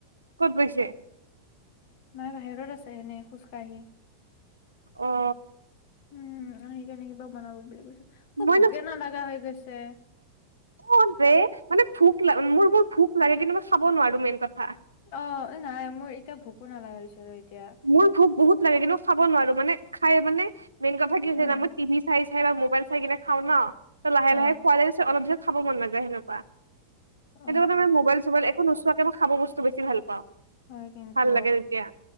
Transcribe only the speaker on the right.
কত গৈছে?
অ'।
মই
অ' যে মানে ভোক ল মোৰ বু ভোক লাগে কিন্তু মই খাব নোৱাৰো মেইন কথা।
মোৰ ভোক বহুত লাগে কিন্তু খাব নোৱাৰো মানে খায় মানে মেইন কথা কি হৈছে
জানো মই টিভি আছে চাইজ সেইবা মোবাইল চাই কিনে খাওঁ ন। ত লাহে
লাহে খোৱা যায়ছে অলপ পিছত খাব মন নাযায় সেনকুৱা। সেইটো
কাৰনে মানে মোবাইল চোবাইল একো নোচোৱাকে মই খাব বস্তু টো বেছি ভাল পাওঁ।
ভাল লাগে তেতিয়া